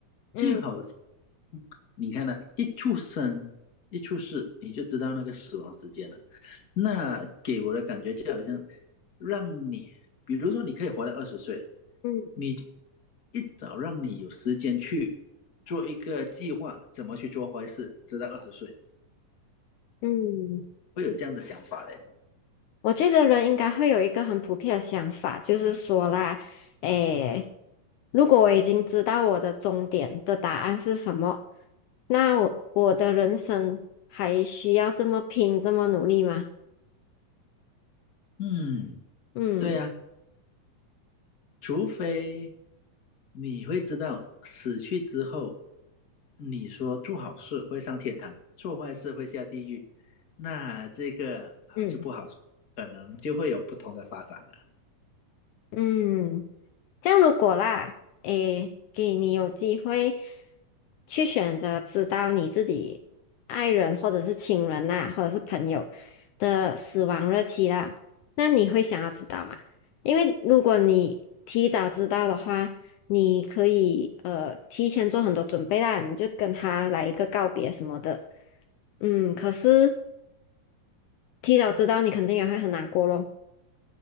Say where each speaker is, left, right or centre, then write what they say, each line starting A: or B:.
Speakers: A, on the left; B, on the left.
A: 嗯
B: 就好像你看呢、一出生一出世你就知道那个死亡时间了，那给我的感觉就好像让你，比如说你可以活到二十岁，
A: 嗯
B: 你就一早让你有时间去做一个计划，怎么去做坏事，直到二十岁，
A: 嗯。
B: 会有这样的想法嘞。
A: 我觉得人应该会有一个很普遍的想法，就是说啦，诶，如果我已经知道我的终点的答案是什么，那我我的人生还需要这么拼，这么努力吗？
B: 嗯，
A: 嗯
B: 对呀、除非你会知道死去之后，你说做好事会上天堂，做坏事会下地狱，那这个啊就不好说，
A: 嗯
B: 可能就会有不同的发展了。
A: 嗯。这样如果啦，诶，给你有机会去选择知道你自己爱人或者是亲人呐、或者是朋友的死亡日期啦，那你会想要知道吗？因为如果你提早知道的话，你可以呃提前做很多准备啦，你就跟他来一个告别什么的。嗯，可是提早知道你肯定也会很难过咯。